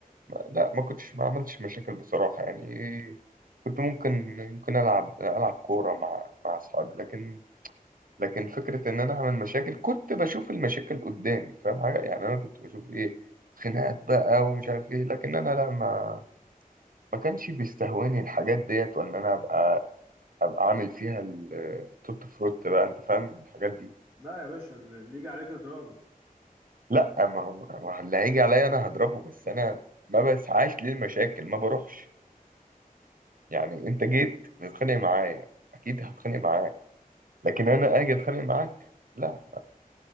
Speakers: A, on the right; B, in the centre.
A: لا ما كنتش ما عملتش مشاكل بصراحة يعني كنت ممكن ممكن ألعب ألعب كورة مع مع أصحابي لكن لكن فكرة إن أنا أعمل مشاكل كنت بشوف المشاكل قدامي فاهم حاجة يعني أنا كنت بشوف إيه خناقات بقى ومش عارف إيه لكن أنا لا ما ما كانش بيستهواني الحاجات ديت ولا أنا أبقى أبقى عامل فيها التوت فروت بقى أنت فاهم الحاجات دي
B: لا يا باشا اللي يجي عليك اضربه
A: لا ما هو ما هو اللي هيجي عليا أنا هضربه بس أنا ما بسعاش للمشاكل ما بروحش يعني انت جيت تتخانق معايا اكيد هتخانق معاك لكن انا اجي اتخانق معاك لا